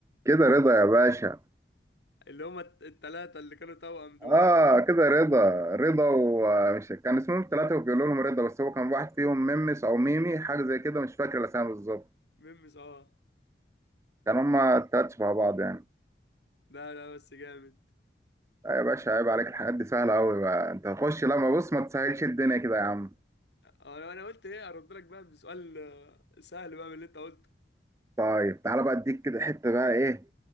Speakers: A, on the right; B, on the left.
A: كده رضا يا باشا
B: اللي هما الثلاثه اللي كانوا توأم دول
A: اه كده رضا رضا ومش كان اسمهم ثلاثة وبيقولوا لهم رضا بس هو كان واحد فيهم ميمس او ميمي حاجة زي كده مش فاكر الاسامي بالظبط
B: ميمس اه
A: كان هما التلات شبه بعض يعني
B: لا لا بس جامد
A: لا يا باشا عيب عليك الحاجات دي سهلة قوي بقى انت هتخش لما بص ما تسهلش الدنيا كده يا عم
B: انا انا قلت ايه ارد لك بقى بسؤال آه، سهل بقى من اللي انت قلته
A: طيب تعالى بقى اديك كده حتة بقى ايه